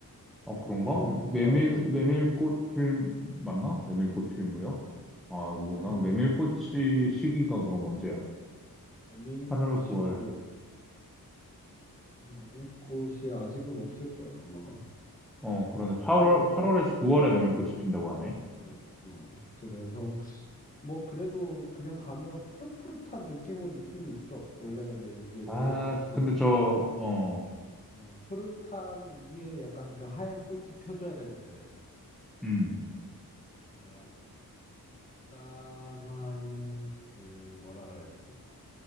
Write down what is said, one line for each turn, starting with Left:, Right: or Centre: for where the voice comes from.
Centre: 어,
Left: 이
Centre: 그런가?
Left: 지금
Centre: 메밀,
Left: 어 시즌
Centre: 메밀꽃 필, 맞나? 메밀꽃 필무렵? 아, 그거구나.
Left: 메밀
Centre: 메밀꽃이 시기가 그럼 언제야?
Left: 메밀꽃이고
Centre: 8월, 9월.
Left: 메밀꽃이 아직은 없을 거야 아마
Centre: 어, 그러네. 8월,
Left: 또,
Centre: 8월에서 9월에 메밀꽃이 핀다고 하네.
Left: 어, 어, 그래서, 뭐, 그래도 그냥 가면 푸릇푸릇한 느낌은 있긴 있어. 원래 근데 이제 메밀꽃이,
Centre: 아, 근데 저, 어,
Left: 어, 푸릇한 위에 약간 그 하얀 꽃이 펴줘야 되거든.
Centre: 음.
Left: 그래서 그냥 적당한, 그, 뭐라 그래야 되지?